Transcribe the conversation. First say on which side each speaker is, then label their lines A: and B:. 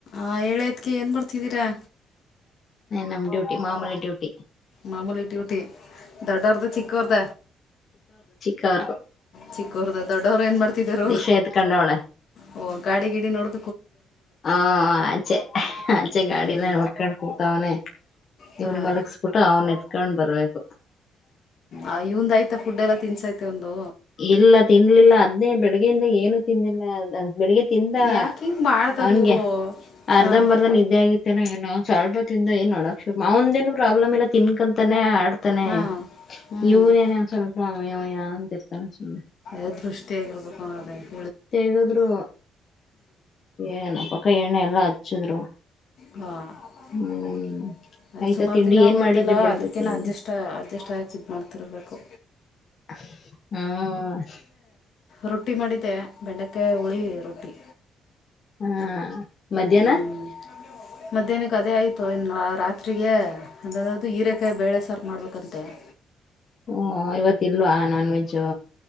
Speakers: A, on the left (about 70°); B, on the left (about 50°).
A: ಆ ಹೇಳ್ಯತ್ಕ ಏನ್ ಬರ್ತಿದ್ದೀರಾ.
B: ನಮ್ ಡ್ಯೂಟಿ ಮಾಮೂಲಿ ಡ್ಯೂಟಿ.
A: ಮಾಮಲಿ ಟ್ಯ ಉಟಿ ದಡ್ಡರ್ ತ ಚಕ್ಕವದ.
B: ಕಾರ.
A: ಚಿಕ್ಕೋರ್ದ ದೊಡ್ಡವರು ಏನ್ ಮಾಡ್ತಿದರು
B: ದಿಶ ಎತ್ಕೊಂಡವಳೆ
A: ಓ ಗಾಡಿ ಗಿಡಿ ನೋಡ್.
B: ಹಾ ಆಚೆ ಆಚೆ
A: ಹ್ಞೂ
B: ಗಾಡಿ ಎಲ್ಲ ನೋಡ್ಕೊಂಡ್ ಕೂಡ್ತವನೇ.
A: ಹಾಂ
B: ಇವ್ನ್ ಮಲಗಸ್ಬಿಟ್ಟು ಅವನ್ ಎತ್ಕೊಂಡ್ ಬರ್ಬೇಕು.
A: ಆ ಇವಂದ ಆಯ್ತಾ ಫುಡ್ ಎಲ್ಲ ತಿನ್ಸೈತೆ ಒಂದು.
B: ಇಲ್ಲ ತಿನ್ಲಿಲ್ಲ ಅದ್ನೇ ಬೆಳಗ್ಗೆಯಿಂದ ಏನು ತಿಿಂದಿಲ್ಲ. ಬೆಳಿಗ್ಗೆ ತಿಂದ
A: ಯಾಕೆ ಹಿಂಗೆ ಮಾಡ್ತವ್ರಿ
B: ಅವನ್ಗೆ
A: ಇವರು
B: ಅರ್ಧಂಬರ್ಧನ್
A: ಹಾಂ
B: ನಿದ್ದೆ ಆಗಿತ್ತೇನ ಏನೋ. ಸ್ವಲ್ಪ ತಿಂದ ಏನ್ ನಡಕ್ ಶು ಒಂದೇನ್ ಪ್ರಾಬ್ಲಮ್ ಇಲ್ಲ ತಿನ್ಕಂತಾನೇ. ಇರ್ತಾನೆ
A: ಹಾಂ ಹ್ಞೂ
B: ಇವನೇನ ಒಂದ ಸ್ವಲ್ಪ ಅವಯವಯ ಅಂತ ಇರ್ತಾನೆ ಸುಮ್ಮನೆ.
A: ಎ ದೃಷ್ಟಿಯಗಿರ್ಬೇಕು ನೋಡ್ರ.
B: ತೆಗದ್ರು ಏನ ಪಕ್ಕ ಎಣ್ಣೆ ಎಲ್ಲಾ ಹಚ್ಚಿದ್ರು.
A: ಹಾ
B: ಹ್ಮ್
A: <inaudible> ಅದ
B: ಆಯ್ತಾ
A: ಸುಮಾರ
B: ತಿಂಡಿ
A: ದಿನ
B: ಏನ್
A: ಆಗೋಯ್ತಲ್ಲ
B: ಮಾಡಿದ್ರಿ ಬೆಳಿಗ್ಗೆ
A: ಅದಕ್ಕೇ
B: ತಿಂಡಿ
A: ನಾ ಅಡ್ಜಸ್ಟ್ ಅಡ್ಜಸ್ಟ್ ಹಾಕಿದ ಮಾಡ್ತಿರ್ಬೇಕು.
B: ಹ್ಮ
A: ರೊಟ್ಟಿ ಮಾಡಿದ್ದೆ ಬೆಂಡೆಕಾಯಿ ಹುಳಿ ರೊಟ್ಟಿ.
B: ಹಾ ಮಧ್ಯಾಹ್ನ.
A: ಹ್ಮ್ ಮಧ್ಯಾಹ್ನಕ್ಕೆ ಅದೇ ಆಯ್ತು ಇನ್ನು ರಾತ್ರಿರಿಗೆ ಅದಯಾದದು ಹೀರೆಕಾಯಿ ಬೇಳೆ ಸಾರ ಮಾಡ್ಬೇಕಂತೆ. <inaudible>
B: ಹೋ ಇವತ್ ಇಲ್ವಾ ನಾನ್ ವೆಜ್ಜು.